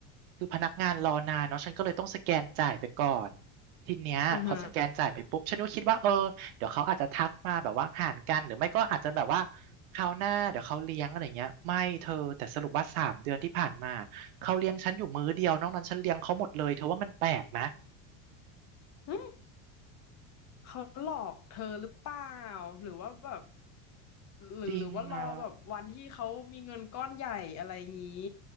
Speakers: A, on the right; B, on the left.
A: คือพนักงานรอนานเนาะฉันก็เลยต้องสแกนจ่ายไปก่อน ทีเนี้ยพอสแกนจ่ายไปปุ๊บฉันก็คิดว่าเออเดี๋ยวเขาอาจจะทักมาแบบว่าหารกันหรือไม่ก็อาจจะแบบว่า
B: อ่าฮะ
A: คราวหน้าเดี๋ยวเขาเลี้ยงอะไรเงี้ยไม่เธอแต่สรุปว่าสามเดือนที่ผ่านมาเขาเลี้ยงฉันอยู่มื้อเดียวนอกนั้นฉันเลี้ยงเขาหมดเลยเธอว่ามันแปลกไหม
B: หึเขาหลอกเธอหรือเปล่าหรือว่าแบบหรือหรือว่ารอแบบวันที่เขามีเงินก้อนใหญ่อะไรงี้
A: จริงนะ